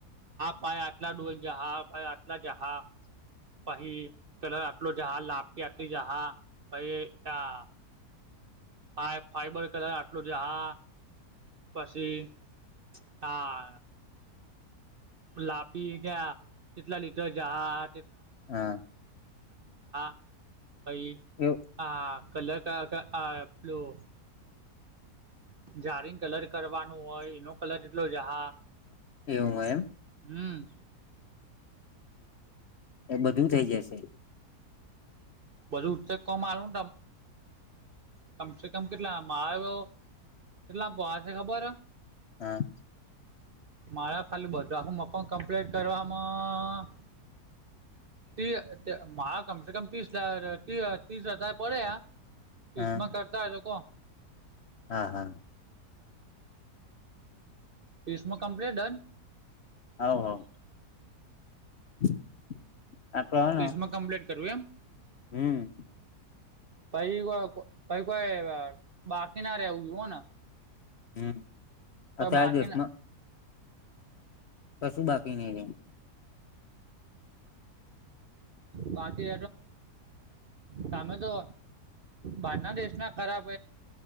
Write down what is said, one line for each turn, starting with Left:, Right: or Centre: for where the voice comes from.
Right: પાાય આટલા ડોલ જહા આટલા જહા. પછી કલર આટલો જહા. લાપકી આટલી જહા પછ આ હા એ ફાઈબર કલર આટલું જાહા પછી હા લાપી ક્યા કેટલા લીટર જાહા?
Left: હા
Right: <unintelligible> <inaudible> પાઈ
Left: એ
Right: હા કલાર પેલું જારીં કલર કરવાનું હોય એનો કલર કેટલો જહા?
Left: એવું હો એમ?
Right: હમ.
Left: એ બધું થઇ જશે.
Right: બધું <unintelligible> માલું કમસે કમ કેટલા મારો કેટલા <unintelligible> છે ખબર?
Left: હા.
Right: મારા ખાલી બધા મકાન કમ્પ્લેટ કરવામાં કમસે કમ ત્રીસા ત્રીસ હજાર પડે. તીસમાં
Left: હા
Right: કરતા હો કો.
Left: હા હા.
Right: તોસમાં કમ્પ્લીટ ડન
Left: હોવ હોવ. <inaudible>
Right: તીસમાં
Left: ને
Right: કમ્પ્લીટ કરવું એમ?
Left: હમ.
Right: પાઈ કો પાઈ કોઈ બાકી ના રેવું જો હો ને.
Left: હમ. આ
Right: પણ
Left: કયા
Right: બાકી
Left: દિવસમાં?
Right: ના
Left: કશું બાકી નહી.
Right: બાકી તમે તો બારના દેશના ખરાબ